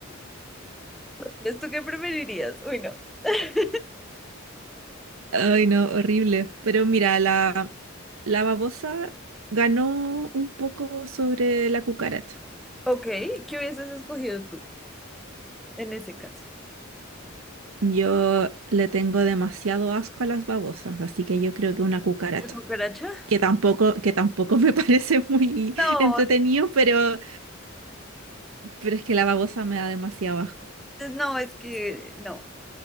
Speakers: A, in the centre; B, on the right.
A: ¿Esto qué preferirías? Uy, no. <laughs>
B: Ay, no, horrible. Pero mira, la, la babosa ganó un poco sobre la cucaracha.
A: Ok, ¿qué hubieses escogido tú en ese caso?
B: Yo le tengo demasiado asco a las babosas, así que yo creo que una cucaracha.
A: ¿La cucaracha?
B: que tampoco, que tampoco me <laughs> parece muy
A: No,
B: entretenido, pero, pero es que la babosa me da demasiado asco.
A: no, es que no,